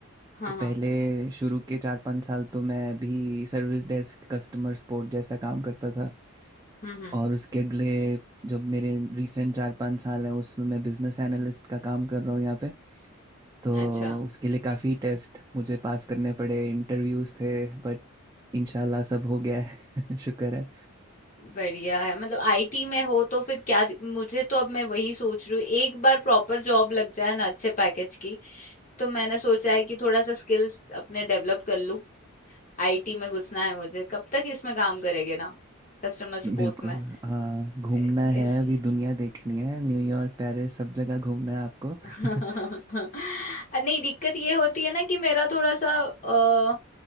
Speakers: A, on the left; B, on the right.
A: हाँ
B: तो
A: हाँ
B: पहले शुरू के 4-5 साल तो मैं भी सर्विस डेस्क, कस्टमर सपोर्ट जैसा काम करता था।
A: हम्म हम्म
B: और उसके अगले जब मेरे रिसेंट चार पाँच साल हैं उसमें मैं बिजनेस एनालिस्ट का काम कर रहा हूँ यहाँ पे तो
A: अच्छा
B: उसके लिए काफ़ी टेस्ट मुझे पास करने पड़े इंटरव्यूज़ थे बट इंशाल्लाह सब हो गया है <laughs> शुक्र है
A: बढ़िया है मतलब आईटी में हो तो फिर क्या दि- मुझे तो अब मैं वही सोच रही हूँ एक बार प्रॉपर जॉब लग जाए ना अच्छे पैकेज की तो मैंने सोचा है कि थोड़ा सा स्किल्स अपने डेवलप कर लूँ आईटी में घुसना है मुझे कब तक इसमें काम करेंगे ना कस्टमर
B: बिल्कुल
A: सपोर्ट में
B: हाँ घूमना
A: ए-
B: है
A: इस
B: अभी दुनिया देखनी है न्यूयॉर्क पेरिस सब जगह घूमना है आपको
A: <laughs>
B: <laughs>
A: नहीं दिक्कत ये होती है ना कि मेरा थोड़ा सा अ,